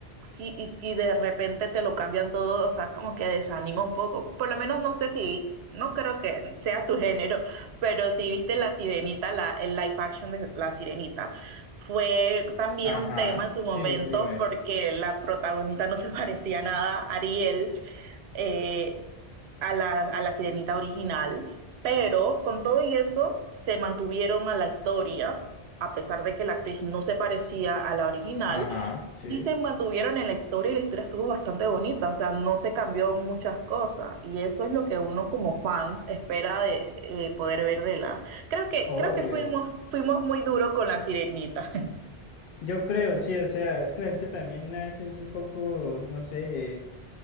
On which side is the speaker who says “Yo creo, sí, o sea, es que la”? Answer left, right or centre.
Left